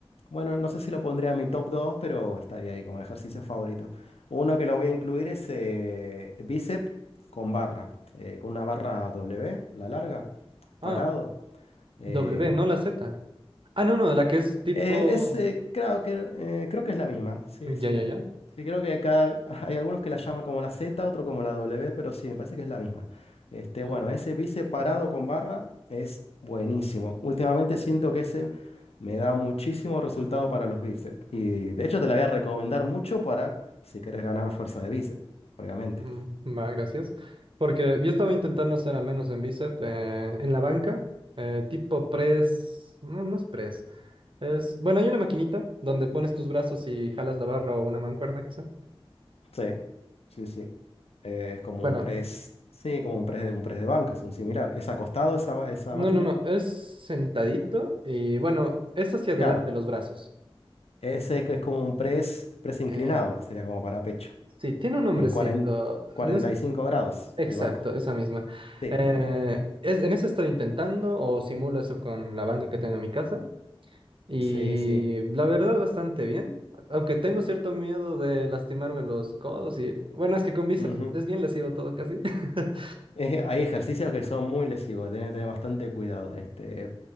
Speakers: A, on the left; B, on the right.
A: bueno, no sé si lo pondré a mi top 2 pero estaría ahí como ejercicio favorito. Uno que lo voy a incluir es eh, bíceps con barra, eh, con una barra W, la larga,
B: Ah,
A: parado. Eh,
B: W, no la Z. Ah, no, no, la que es tipo...
A: eh, es, eh, creo que, eh, creo que es la misma, sí,
B: Ya,
A: sí.
B: ya, ya.
A: Sí, creo que cada, <laughs> hay algunos que la llaman como la Z, otro como la W, pero sí, me parece que es la misma. Este, bueno,
B: Mm,
A: ese bice parado con barra es buenísimo. Últimamente siento que ese me da muchísimo resultado para los bíceps. Y de hecho te la voy a recomendar mucho para si quieres ganar fuerza de bíceps, obviamente.
B: mm, Va, gracias. Porque yo estaba intentando hacer, al menos en bíceps, eh, en la banca, eh, tipo press... No, no es press. Es... Bueno, hay una maquinita donde pones tus brazos y jalas la barra o una mancuerna, quizá.
A: Sí, sí, sí. Eh, es como
B: Bueno,
A: un press, sí, como un press de, un press de bancas, un similar. Es acostado esa, va- esa
B: no,
A: máquina.
B: no, no, es sentadito y bueno, es hacia adelante
A: Claro,
B: los brazos.
A: Ese es como un press, press inclinado,
B: Eh,
A: que sería como para pecho,
B: Sí, tiene un nombrecito.
A: en cuarenta cuarenta
B: No es
A: y cinco grados
B: exacto,
A: el banco.
B: esa misma.
A: Sí,
B: Eh, es, en eso estoy intentando o simulo eso con la banca que tengo en mi casa. Y
A: sí, sí.
B: la verdad, bastante bien. Aunque tengo cierto miedo de lastimarme los codos y... Bueno, es que con bíceps
A: ujú.
B: es bien lesivo todo casi. <laughs>
A: Eh, hay ejercicios que son muy lesivos, tienes que tener bastante cuidado. Este,